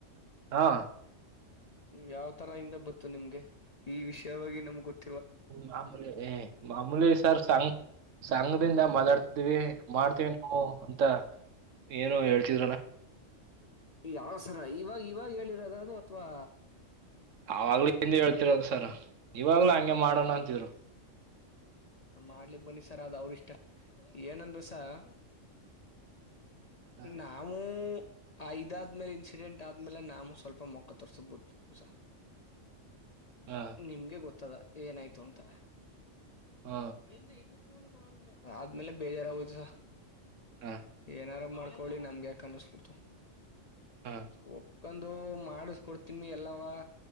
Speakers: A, on the right (about 75°); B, on the left (about 45°).
A: ಹಾ
B: ಯಾವ್ ತರ ಇಿಂದ ಬತ್ತು ನಿಮ್ಗೆ ಈ ವಿಷಯವಾಗಿ ನಮ್ ಗೊತ್ತ
A: ಹ್ಮ ಮಾಮೂಲೆ ಮಾಮೂಲೆ ಸರ್ ಸಂಗ ಸಂಘದಿಂದ ಮೊದಾ ಮಾಡತವಿ ಮಾಡ್ತೀವಿ ನಾವು ಅಂತ ಏನು ಹೇಳ್ತಿದ್ರನಾ
B: ಯಾವಸರ ಇವಾಗ ಇವಾಗ ಹೇಳಿರೋದು ಅದು ಅಥವಾ
A: ಅವಾಗ್ಲೂ ಹಿಂದ ಹೇಳ್ತಿರದ ಸರ್ ಇವಾಗ್ಲೂ ಹಂಗೆ ಮಾಡೋಣ ಅಂತಿದ್ರು
B: ಮಾಡ್ಲಿ ಬನ್ನಿ ಸರ್ ಅವರಿಷ್ಟ ಏನಂದರೆ ಸಾರ್
A: ಹ
B: ನಾವು ಐದಾದ್ಮೇಲೆ ಎಕ್ಸಿಡೆಂಟ್ ಆದ್ಮೇಲೆ ನಾು ಸ್ವಲ್ಪ ಮೊಖ ತೋರ್ಸಬಿಟ್ಟುುಸ
A: ಹ
B: ನಿಮ್ಗೆ ಗೊತ್ತದ ಏನಾಯ್ತು ಅಂತ
A: ಹ
B: ಎಂತ ಎ ಆದ್ಮೇಲೆ ಬೇಜಾರಾಗೋಯ್ತು
A: ಹ
B: ಏನಾರಾ ಮಾಡು ಕೋಳಿ ನಮ್ಗೆ ಯಕ ಅನಿಸ್ಬಿಡ್ತು
A: ಹ ಹ
B: ಒ ಒ ಮಾಡಿಸಕೊಡ್ತಿಿ ಎಲ್ಲವಾ